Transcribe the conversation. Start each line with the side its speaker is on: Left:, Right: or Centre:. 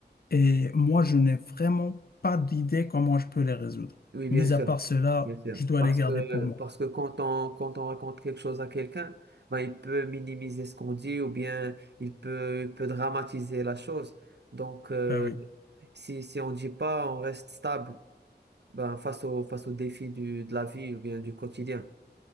Left: Et moi, je n'ai vraiment pas d'idée comment je peux les résoudre.
Right: Oui, bien
Left: Mis
Right: sûr,
Left: à part cela,
Right: bien sûr.
Left: je dois
Right: Parce
Left: les garder
Right: que,
Left: pour moi.
Right: parce que quand on, quand on raconte quelque chose à quelqu'un, ben, il peut minimiser ce qu'on dit ou bien il peut, il peut dramatiser la chose. Donc, euh,
Left: Ben oui,
Right: si, si on dit pas, on reste stable, ben, face au, face aux défis du, de la vie ou bien du quotidien.